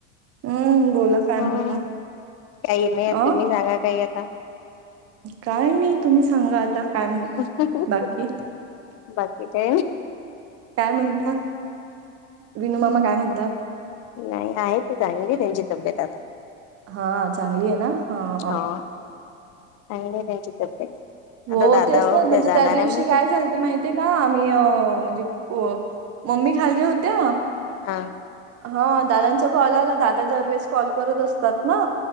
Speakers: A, on the right; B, on the left.
A: हम्म बोला काय
B: हो.
A: म्हणता
B: काही नाही
A: अ
B: तुम्ही सांगा काही आता?
A: काय नाही तुम्ही सांगा आता. काय म्हणता
B: <unintelligible>
A: बाकी
B: बाकी काय ने.
A: काय म्हणता, विनू मामा काय म्हणतात?
B: नाही आहे की चांगली त्यांची तब्येत आता.
A: हा हा, चांगली आहे ना हा हा हा.
B: हो चांगली आहे त्यांची तब्येत.
A: हो
B: आता दादा
A: तेच ना
B: उद्या
A: म्हणजे
B: जाणार
A: त्या दिवशी
B: आहे म्हणते
A: काय झाल माहितीय का आम्ही म्हणजे मम्मी खाल्ली होत्या.
B: हा.
A: हा दादांचा कॉल आला. दादा दरवेेळेस कॉल करत असतात ना.